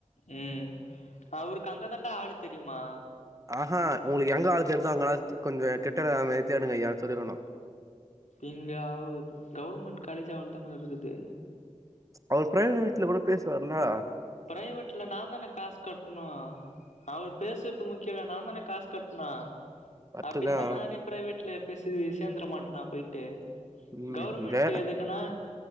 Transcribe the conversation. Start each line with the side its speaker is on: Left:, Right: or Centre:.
Left: ம் அவருக்கு அங்க தண்டா ஆளு தெரியுமா
Right: ஆஹா ஒங்களுக்கு எங்க ஆளு தெரிதோ அங்க ஆளு கொஞ்ச கிட்டற மாதிரி தேடுங்கையானு சொல்லிருக்கணு
Left: இங்க அவ் கவுர்மண்ட் காலேஜு அவ்வள தான இருக்குது
Right: அவர் பிரைவேட்ல கூட பேசுவார்லா
Left: பிரைவேட்ல நா தான காசு கட்னு அவர் பேசுறது முக்கியல்ல நா தான காசு கட்னு
Right: கரெக்ட்டுதா
Left: அப்டி இருந்தா நானே பிரைவேட்ல பேசி சேந்துர மாட்டனா போய்ட்டு
Right: ம்
Left: கவுர்மண்ட்டு
Right: ஜெ
Left: எதுக்குனா